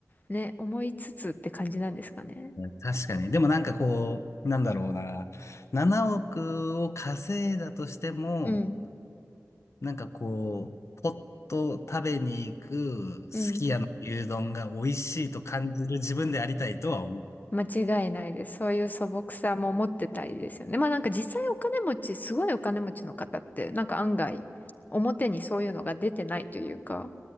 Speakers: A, on the left; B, on the left.
A: ね、思いつつって感じなんですかね。
B: 確かに。でもなんかこう、なんだろうな。7億を稼いだとしても、
A: うん、
B: なんかこう、ポッと食べに行くすき家の牛丼が美味しいと感じる自分でありたいとは思う。
A: うん。間違いないです。そういう素朴さも持ってたいですよね。まあなんか実際お金持ち、すごいお金持ちの方って、なんか案外、表にそういうのが出てないというか、